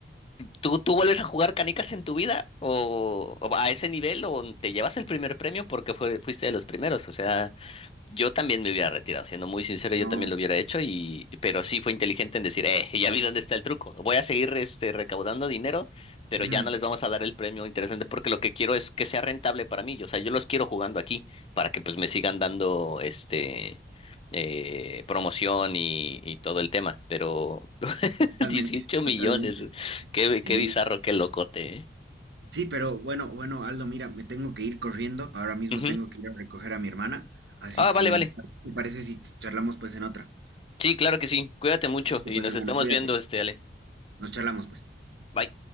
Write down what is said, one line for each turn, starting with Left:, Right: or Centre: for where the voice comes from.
Left: ¿Tú, tú vuelves a jugar canicas en tu vida? ¿O, o a ese nivel? ¿O te llevas el primer premio porque fue- fuiste de los primeros? O sea, yo también me hubiera retirado, siendo muy sincero,
Right: no.
Left: yo también lo hubiera hecho, y, pero sí fue inteligente en decir, eh, ya vi dónde está el truco. Voy a seguir este, recaudando dinero, pero
Right: Ujú,
Left: ya no les vamos a dar el premio interesante porque lo que quiero es que sea rentable para mí. O sea, yo los quiero jugando aquí para que pues me sigan dando este... eh, promoción y, y todo el tema, pero <laughs>
Right: Totalmente,
Left: 18 millones.
Right: totalmente.
Left: eh. Qué,
Right: Sí,
Left: qué bizarro, qué locote, ¿eh?
Right: sí, pero bueno, bueno, Aldo, mira, me tengo que ir corriendo. Ahora mismo
Left: Ujú.
Right: tengo que ir a recoger a mi hermana. Así
Left: Ah, vale,
Right: que,
Left: vale.
Right: ¿te parece si charlamos pues en otra?
Left: Sí, claro que sí. Cuídate mucho
Right: Listo,
Left: y
Right: Pues
Left: nos
Right: hermano,
Left: estamos
Right: cuídate.
Left: viendo, este, Ale.
Right: Nos charlamos pues.
Left: Bye.